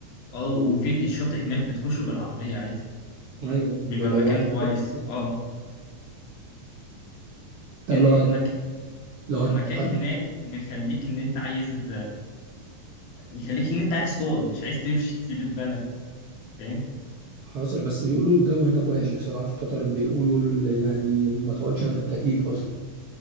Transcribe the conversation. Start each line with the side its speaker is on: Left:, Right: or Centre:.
Left: اه وفي الشاطئ هناك بتخشوا بالعربية عادي
Right: أيوه
Left: بيبقى
Right: بيبقى
Left: المكان
Right: بالعكس
Left: كويس
Right: كده
Left: اه
Right: طب
Left: يعني
Right: لو هت...
Left: المك...
Right: لو هت...
Left: المكان هناك مخليك ان انت عايز مخليك ان انت عايز تقعد مش عايز تمشي تسيب البلد فاهم
Right: حصل بس بيقولوا الجو هناك وحش بصراحة في قطر بيقولوا ال- يعني ما تقعدش إلا في التكييف أصلا